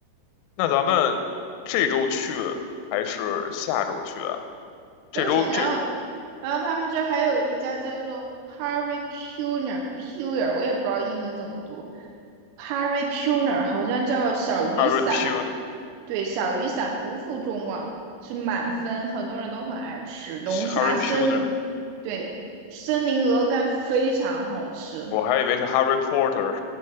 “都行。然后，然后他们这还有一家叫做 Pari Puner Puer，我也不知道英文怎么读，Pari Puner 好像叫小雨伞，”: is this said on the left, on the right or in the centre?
Right